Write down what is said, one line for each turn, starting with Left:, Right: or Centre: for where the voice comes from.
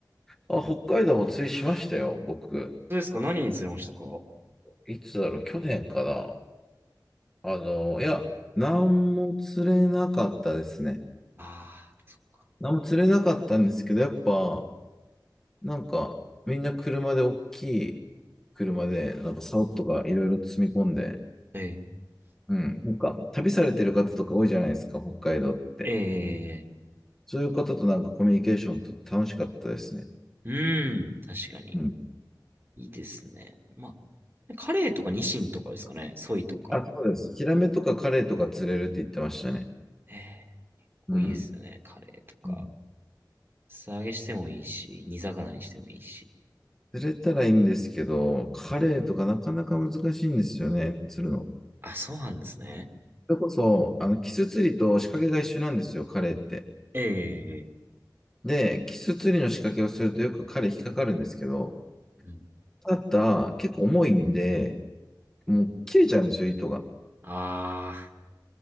Centre: あ、北海道も釣りしましたよ、僕。
Right: そうですか何に釣れましたかあ
Centre: いつだろう、去年かな。あの、いや、何も釣れなかったですね。
Right: あー、そっか。
Centre: 何も釣れなかったんですけど、やっぱ、なんか、みんな車で、大きい車で、なんか竿とかいろいろ積み込んで、
Right: ええ、
Centre: うん、なんか、旅されてる方とか多いじゃないですか、北海道って。
Right: ええ、
Centre: そういう方となんかコミュニケーションとって楽しかったですね。
Right: うん、確かに。
Centre: うん。
Right: いいですね。まあ、カレーとかニシンとかですかね。ソイとか。
Centre: あ、そうです。ヒラメとかカレイとか釣れるって言ってましたね。
Right: ええ、こういいですよね。
Centre: うん。
Right: カレーとか。
Centre: うん
Right: 素揚げしてもいいし、煮魚にしてもいいし。
Centre: 釣れたらいいんですけど、カレイとかなかなか難しいんですよね、釣るの。
Right: あ、そうなんですね。
Centre: それこそ、あの、キス釣りと仕掛けが一緒なんですよ、カレイって。
Right: ええええ
Centre: で、キス釣りの仕掛けをするとよくカレイ引っかかるんですけど、
Right: うん。
Centre: ただ、結構重いんで、もう切れちゃうんですよ、糸が。
Right: ああ、